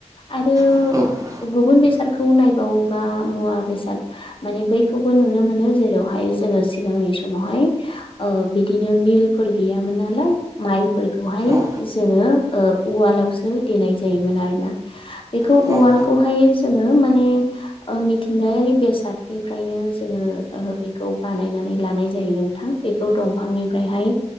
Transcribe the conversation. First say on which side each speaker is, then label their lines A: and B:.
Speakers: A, on the left; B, on the right.
A: आरो
B: औ
A: गुबुन बेसादखौ नायबावोबा मुवा- बेसाद माने बैखौबो नुनो मोनो। जेरावहाय जोङो सिगांनि समावहाय ओ बिदिनो मिल फोर गैयामोन नालाय माइफोरखौहाय
B: औ
A: जोङो ओ उवालावसो देनाय जायोमोन आरोना। बेखौ
B: औ औ
A: उवालखौहाय
B: उम
A: जोङो माने ओ मिथिंगायारि बे <unintelligible> जोङो ओ बेखौ बानायनानै लानाय जायो नोंथां। बेखौ दंफांनिफ्रायहाय